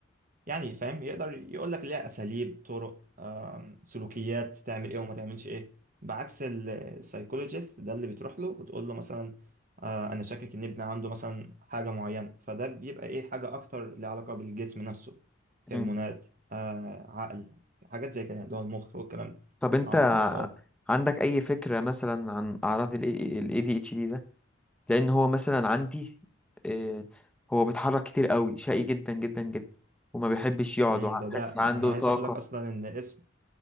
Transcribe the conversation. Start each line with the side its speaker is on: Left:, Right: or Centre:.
Right: يعني فاهم يقدر يقول لك ليها أساليب طرق آم، سلوكيات تعمل ايه وما تعملش ايه بعكس السايكولوجيست ده اللي بتروح له وتقول له مثلا آه أنا شاكك إن ابني عنده مثلا حاجة معينة فده بيبقى ايه حاجة أكتر ليها علاقة بالجسم نفسه هرمونات
Centre: مم.
Right: آه عقل حاجات زي كده اللي هو المخ والكلام ده
Centre: طب أنت
Right: الأعصاب
Centre: عندك أي فكرة مثلا عن أعراض ال ال ADHD ده؟ لأن هو مثلا عندي آه هو بيتحرك كتير قوي شقي جدا جدا جدا وما بيحبش يقعد
Right: مم،
Centre: وحس
Right: ده ده
Centre: عنده
Right: أنا عايز
Centre: طاقة
Right: أقول لك أصلا إن اسم